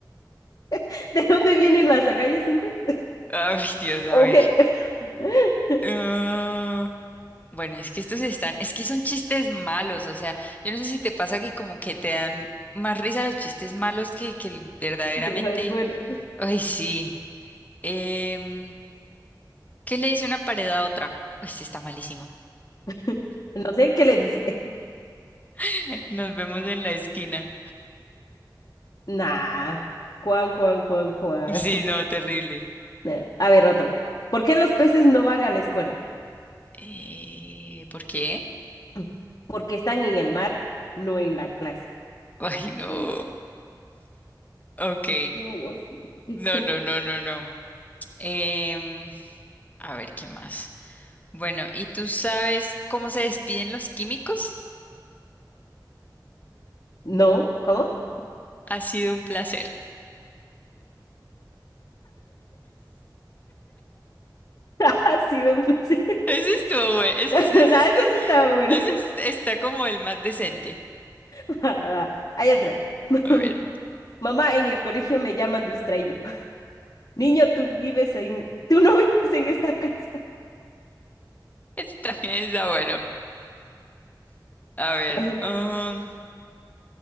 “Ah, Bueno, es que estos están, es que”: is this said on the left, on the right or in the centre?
Left